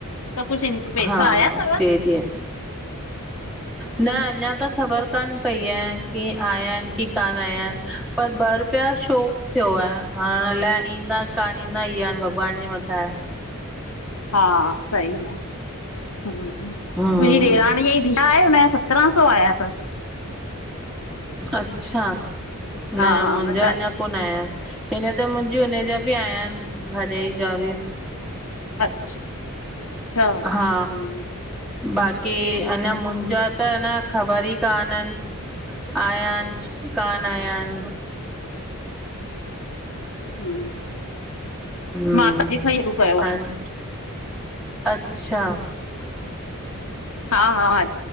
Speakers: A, on the left; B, in the centre.
A: त कुझु इन पैसा
B: हा
A: आया अथव?
B: टे ॾींहं न अञा त ख़बर कोन पई आहे की आया आहिनि की कान आया आहिनि पर ॿ रुपिया शो थियो आहे हाणे अलाए ईंदा कान ईंदा ई आहिनि भॻवान जे मथां आहे।
A: हा सही आहे हा
B: हम्म
A: मुंहिंजी ॾेराणीअ जी धीय आहे हुनजा सत्रहां सौ आया अथसि।
B: अच्छा
A: हा
B: न मुंहिंजा
A: हुन जा
B: अञा कोन आया आहिनि हिन त मुंहिंजी हुनजा बि आयाां आहिनि भाॼाई जा बि
A: अच्छा हम्म
B: हा बाक़ी अञा मुंहिंजा त अ न ख़बर ई कान्हन। आयन कान आयन?
A: ह
B: हम्म
A: मां त अजु खां ई शुरू कयोआ।
B: हाण अच्छा
A: हा हा